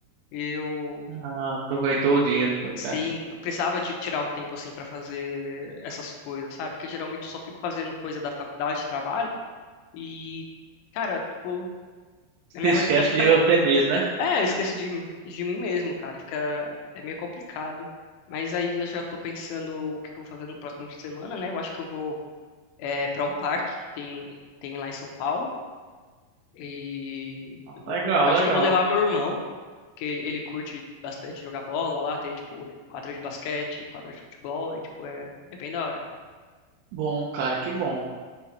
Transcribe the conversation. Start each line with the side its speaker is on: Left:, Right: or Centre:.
Left: Eu,
Right: Ah, aproveitou o dia, não foi,
Left: sim,
Right: cara?
Left: eu precisava de tirar um tempo, assim, pra fazer essas coisas, sabe? Porque geralmente eu só fico fazendo coisa da faculdade, trabalho. E, cara, tipo, a minha
Right: Se esquece
Left: rotina fica
Right: de você mesmo, né?
Left: É, eu esqueço de, de mim mesmo, cara. Fica, é meio complicado. Mas aí eu já tô pensando o que que eu vou fazer no próximo fim de semana, né? Eu acho que eu vou é, para um parque que tem, que tem lá em São Paulo. E eu vou,
Right: Legal,
Left: eu acho
Right: legal.
Left: que eu vou levar meu irmão, que ele, ele curte bastante jogar bola lá. Tem, tipo, quadra de basquete, quadra de futebol. E, tipo, é, é bem da hora.
Right: Bom, cara, que bom.